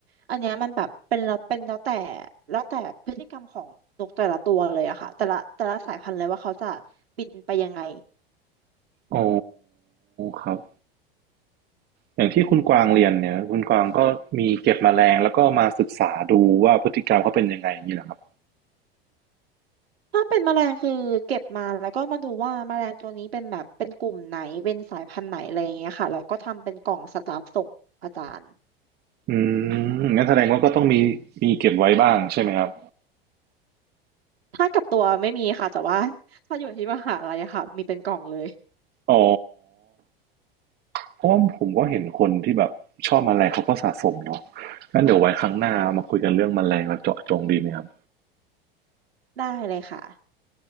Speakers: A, on the right; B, on the right.
A: อันเนี้ยมันแบบเป็นแล้วเป็นแล้วแต่แล้วแต่พฤติกรรมของนกแต่ละตัวเลยอะค่ะแต่ละแต่ละสายพันธุ์เลยว่าเขาจะบินไปยังไง
B: อ๋อครับ อย่างที่คุณกวางเรียนเนี่ยคุณกวางก็มีเก็บแมลงแล้วก็มาศึกษาดูว่าพฤติกรรมเขาเป็นยังไงอย่างนี้เหรอครับ
A: ถ้าเป็นแมลงคือเก็บมาแล้วก็มาดูว่าแมลงตัวนี้เป็นแบบเป็นกลุ่มไหนเป็นสายพันธุ์ไหนอะไรอย่างเงี้ยค่ะแล้วก็ทำเป็นกล่องสตาฟส่งอาจารย์
B: อืมงั้นแสดงว่าก็ต้องมีมีเก็บไว้บ้างใช่ไหมครับ
A: ถ้ากับตัวไม่มีค่ะแต่ว่า <laughs> ถ้าอยู่ที่มหาลัยอะค่ะมีเป็นกล่องเลย
B: อ๋อเพราะว่าผมก็เห็นคนที่แบบชอบแมลงเขาก็สะสมเนาะงั้นเดี๋ยวไว้ครั้งหน้ามาคุยกันเรื่องแมลงแล้วเจาะจงดีไหมครับ
A: ได้เลยค่ะ